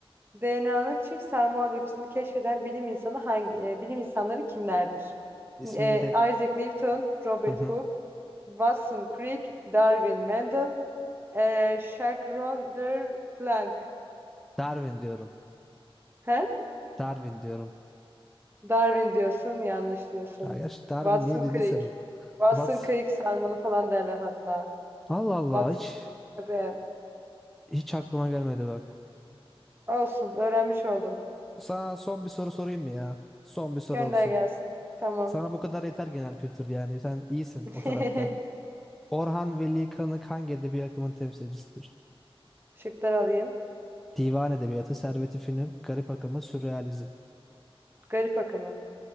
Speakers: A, on the right; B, in the centre.
A: DNA'nın çift sarmal yapısını keşfeden bilim insanı hangi e, bilim insanları kimlerdir?
B: İsminde
A: E,
B: de
A: Isaac Newton, Robert
B: Hı hı.
A: Hooke, Watson Crick, Darwin Mendel, e, Jacques Ronder Planck.
B: Darwin diyorum.
A: He?
B: Darwin diyorum.
A: Darwin diyorsun, yanlış diyorsun.
B: Ya gerçi Darwin
A: Watson
B: niye dediysem
A: Crick.
B: ya.
A: Watson
B: What?
A: Crick sarmalı falan derler hatta.
B: Allah Allah
A: Watson
B: hiç
A: Crick. Tabii.
B: hiç aklıma gelmedi bak.
A: Olsun, öğrenmiş oldum.
B: Sana son bir soru sorayım mı ya? Son bir soru
A: Gönder
B: olsun.
A: gelsin. Tamam.
B: Sana bu kadar yeter genel kültür yani. Sen iyisin
A: <laughs>
B: o tarafta. Orhan Veli Kanık hangi edebi akımın temsilcisidir?
A: Şıklar alayım.
B: Divan edebiyatı, Servet-i Fünun, garip akımı, sürrealizm.
A: Garip akımı.